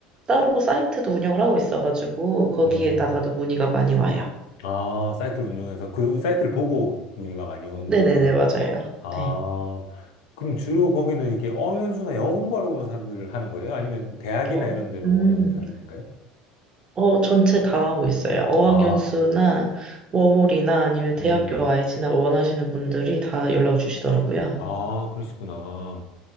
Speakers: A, on the right; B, on the left.
A: 따로 사이트도 운영을 하고 있어가지고, 거기에다가도
B: 음.
A: 문의가 많이 와요.
B: 아, 사이트를 운영해서 그 사이트를 보고 문의가 많이 오는구나.
A: 네네네, 맞아요.
B: 아,
A: 네.
B: 그럼 주로 거기는 이렇게 어연수나 영어 공부하러 오는 사람들을 하는 거예요? 아니면 대학이나
A: 어,
B: 이런 데로
A: 음,
B: 오는 사람들인가요?
A: 어, 전체 다 하고 있어요. 어학연수나
B: 아,
A: 워홀이나 아니면 대학교
B: 음,
A: 아예 진학 원하시는 분들이 다 연락을 주시더라고요.
B: 아, 그러시구나.